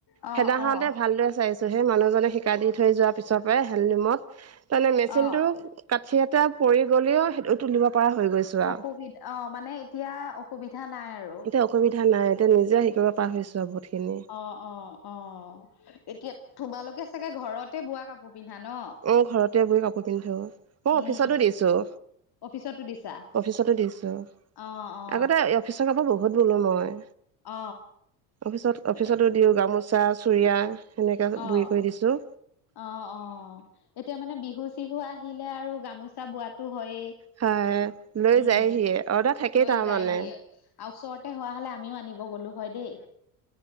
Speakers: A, on the left; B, on the right.
A: অ
B: <unintelligible>
A: অ
B: ভালদৰে চাইছ সেই মানুহজনে শিকাই দি থৈ যোৱা পিছৰ পৰাই হেণ্ডলোমত তাৰমানে মেচিনটো
A: অ
B: কাঠি এটা পৰি গ'লেও সেইটো তুলিব পৰা হৈ গৈছো আৰু।
A: সুবি অ', মানে এতিয়া অসুবিধা নাই আৰু।
B: এতিয়া অসুবিধা নাই, এতিয়া নিজে শিকিব পাৰা হৈছো আৰু বহুতখিনি।
A: অ', অ', অ', এতিয়া তোমালোকে চাগে ঘৰতে বোৱা কাপোৰ পিন্ধা ন।
B: উম, ঘৰতে বৈ কাপোৰ পিন্ধো, মই
A: উম
B: অফিচতো
A: উম
B: দিছো।
A: অফিচতো দিছা
B: অফিচটো দিছো,
A: অ অ
B: আগতে এ অফিচৰ কাপোৰ বহুত ব'লো মই,
A: অ
B: অফিচত অফিচতো
A: এ
B: <unintelligible> গামোচা, চুৰিয়া সেনেকে <unintelligible>
A: অ
B: কৰি দিছোঁ।
A: অ', অ', এতিয়া মানে বিহু-চিহু আহিলে আৰু গামোচা বোৱাটো হয়েই।
B: হয় লৈ
A: উম,
B: যায়হিয়ে অৰ্ডাৰ থাকেই
A: লৈ
B: তাৰমানে
A: যায় হি আৰু ওচৰতে হোৱা হ'লে‌ আমিও আনিব গলোঁ হয় দেই,